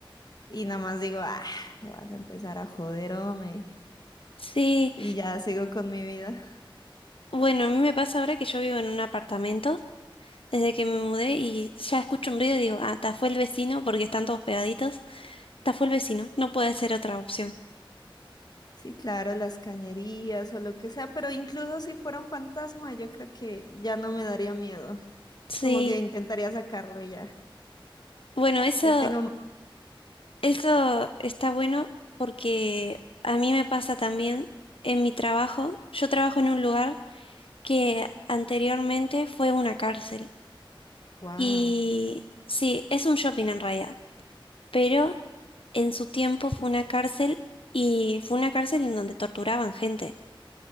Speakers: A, on the left; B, on the left.
A: y nada más digo, ah, vas a empezar a joder, hombre,
B: Sí,
A: y ya sigo con mi vida.
B: bueno, a mí me pasa ahora que yo vivo en un apartamento desde que me mudé y ya escucho un ruido y digo, ah, ta fue el vecino porque están todos pegaditos, ta fue el vecino, no puede ser otra opción.
A: Sí, claro, las cañerías o lo que sea, pero incluso si fuera un fantasma, yo creo que ya no me daría miedo,
B: Sí,
A: como que intentaría sacarlo y ya.
B: bueno, eso,
A: Le tengo
B: eso está bueno porque a mí me pasa también en mi trabajo, yo trabajo en un lugar que anteriormente fue una cárcel.
A: Wow.
B: Y sí, es un shopping en realidad, pero en su tiempo fue una cárcel y fue una cárcel en donde torturaban gente,